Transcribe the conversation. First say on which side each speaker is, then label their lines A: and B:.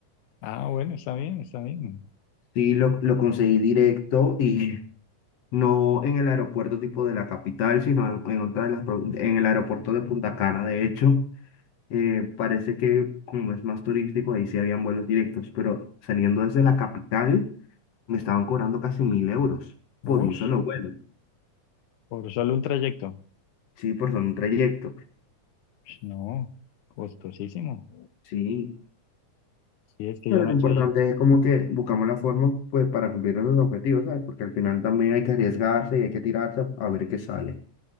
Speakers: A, on the left; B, on the left.
A: Ah, bueno, está bien, está bien.
B: Sí, lo, lo conseguí directo y <laughs> no en el aeropuerto tipo de la capital, sino en, en otra de las, pro- en el aeropuerto de Punta Cana, de hecho. Eh, parece que como es más turístico, ahí sí habían vuelos directos, pero saliendo desde la capital me estaban cobrando casi mil euros
A: Uy,
B: por un solo vuelo,
A: por solo un trayecto.
B: sí, por solo un trayecto.
A: Pues No, costosísimo.
B: Sí,
A: Sí, es que
B: Pero
A: yo no
B: lo importante
A: sé,
B: es como que buscamos la forma pues para cumplir esos objetivos, ¿sabes? Porque al final también hay que arriesgarse y hay que tirarse a, a ver qué sale.